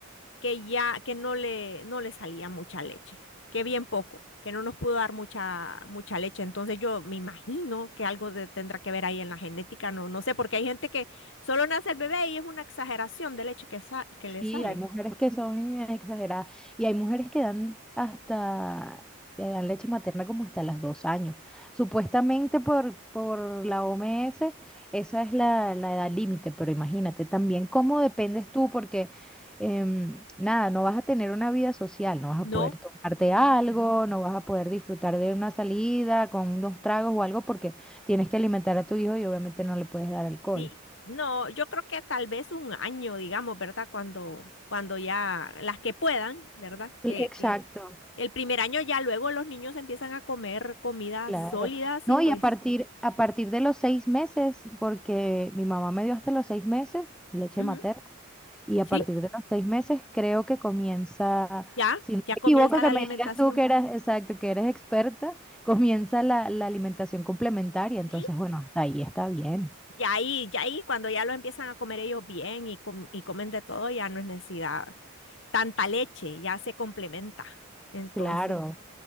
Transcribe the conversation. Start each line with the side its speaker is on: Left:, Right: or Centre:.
Left: que ya, que no le, no le salía mucha leche, que bien poco, que no nos pudo dar mucha, mucha leche. Entonces yo me imagino que algo de- tendrá que ver ahí en la genética, no, no sé, porque hay gente que solo nace el bebé y es una exageración de leche que, sa- que le
Centre: Sí,
Left: sale.
Centre: hay mujeres que son exageradas y hay mujeres que dan hasta, que dan leche materna como hasta los dos años. Supuestamente por, por la OMS, esa es la, la edad límite, pero imagínate también cómo dependes tú, porque em, nada, no vas a tener una vida social, no vas
Left: No,
Centre: a poder tomarte
Left: nada.
Centre: algo, no vas a poder disfrutar de una salida con unos tragos o algo, porque tienes que alimentar a tu hijo y obviamente no le puedes dar alcohol.
Left: Sí, no, yo creo que tal vez un año, digamos, ¿verdad? Cuando, cuando ya las que puedan, ¿verdad? Que,
Centre: Sí. Exacto,
Left: que el primer año ya luego los niños empiezan a comer comidas
Centre: Claro.
Left: sólidas
Centre: No,
Left: y pues,
Centre: y a partir, a partir de los seis meses, porque mi mamá me dio hasta los seis meses leche
Left: ujú,
Centre: materna, y a
Left: sí.
Centre: partir de los seis meses creo que comienza,
Left: Ya,
Centre: si no
Left: ya
Centre: me
Left: comienza
Centre: equivoco, que
Left: la
Centre: me
Left: alimentación.
Centre: digas tú que eras, exacto, que eres experta, comienza la, la alimentación complementaria. Entonces,
Left: Sí,
Centre: bueno, hasta ahí está bien.
Left: y ahí, y ahí cuando ya lo empiezan a comer ellos bien y, com- y comen de todo, ya no es necesidad. Tanta leche ya se complementa. Entonces,
Centre: Claro.